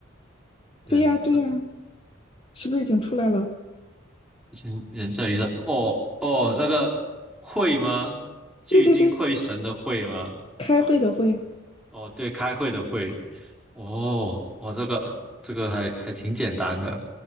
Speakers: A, on the left; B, in the centre.
A: 对呀对呀，
B: 人在
A: 是不是已经出来了？
B: 人人在云上，哦哦，那个会吗？聚精会神的会吗？
A: 对对对，开会的会
B: 哦，对，开会的会。哦，我这个这个还还挺简单的。